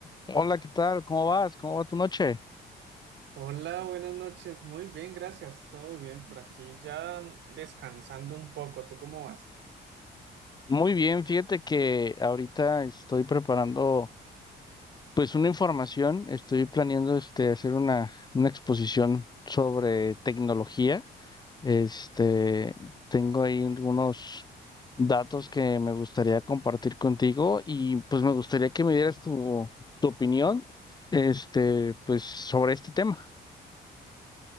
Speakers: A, on the left (about 20°); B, on the right (about 80°).
A: Sí. Hola, ¿qué tal? ¿Cómo vas? ¿Cómo va tu noche?
B: Hola, buenas noches. Muy bien, gracias. Todo bien por aquí. Ya descansando un poco. ¿Tú cómo vas?
A: Muy bien, fíjate que ahorita estoy preparando pues una información, estoy planeando este hacer una, una exposición sobre tecnología. Este, tengo ahí algunos datos que me gustaría compartir contigo y pues me gustaría que me dieras tu, tu opinión este pues sobre este tema.